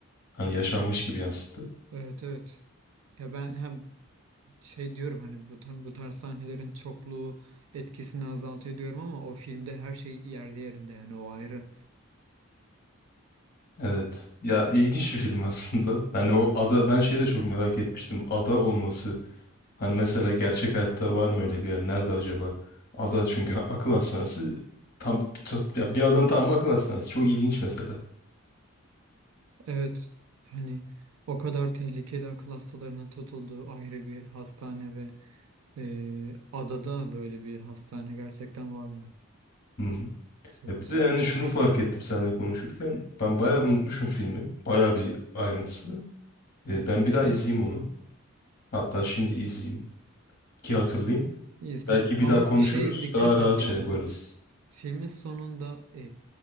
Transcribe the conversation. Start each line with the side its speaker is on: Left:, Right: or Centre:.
Left: Hani yaşanmış gibi yansıttı.
Right: Evet evet. Ya ben hem şey diyorum hani bu, tar- bu tarz sahnelerin çokluğu etkisini azaltıyor diyorum ama o filmde her şey yerli yerinde yani o ayrı.
Left: Evet. Ya ilginç bir film <laughs> aslında. Hani o ada ben şeyi de çok merak etmiştim. Ada olması Hani mesela gerçek hayatta var mı öyle bir yer? Nerede acaba? Ada çünkü ha- akıl hastanesi tam çat- ya bir adam tam akıl hastanesi. Çok ilginç mesela.
Right: Evet hani o kadar tehlikeli akıl hastalarının tutulduğu ayrı bir hastane ve e, adada böyle bir hastane gerçekten var mı
Left: Hı hı.
Right: sorusu.
Left: Ya bir de yani şunu fark ettim seninle konuşurken. Ben bayağı unutmuşum filmi. Bayağı bir ayrıntısını. E, ben bir
Right: Hı
Left: daha
Right: hı.
Left: izleyeyim onu. Hatta şimdi izleyeyim ki hatırlayayım.
Right: İzle
Left: Belki bir
Right: ama
Left: daha konuşuruz.
Right: şey dikkat
Left: Daha rahat
Right: et
Left: şey
Right: ya
Left: yaparız.
Right: bu filmin sonunda e,